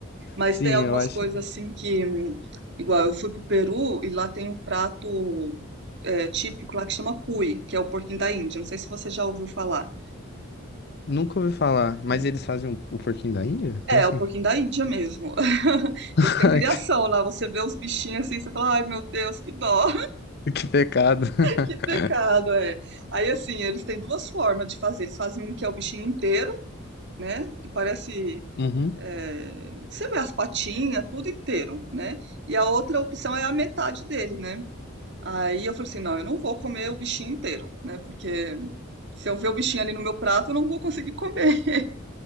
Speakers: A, on the right (about 55°); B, on the left (about 50°).
A: mas
B: Sim,
A: tem algumas
B: eu acho.
A: coisas assim que, hum, igual eu fui pro Peru e lá tem um prato é, típico lá que chama cuy, que é o porquinho da Índia. Não sei se você já ouviu falar.
B: Nunca ouvi falar, mas
A: né?
B: eles fazem o o porquinho da Índia?
A: É,
B: Como assim?
A: o porquinho da Índia mesmo. <laughs>
B: <laughs>
A: Eles têm
B: Ai,
A: criação lá, você vê os bichinhos assim, você fala, ai meu Deus, que dó.
B: Que, que pecado. <laughs>
A: Que pecado, é. Aí, assim, eles têm duas formas de fazer. Eles fazem um que é o bichinho inteiro, né? Que parece.
B: Uhum.
A: é, Você vê as patinhas, tudo inteiro, né? E a outra opção é a metade dele, né? Aí eu falei assim: não, eu não vou comer o bichinho inteiro, né? Porque se eu ver o bichinho ali no meu prato, eu não vou conseguir comer. <laughs>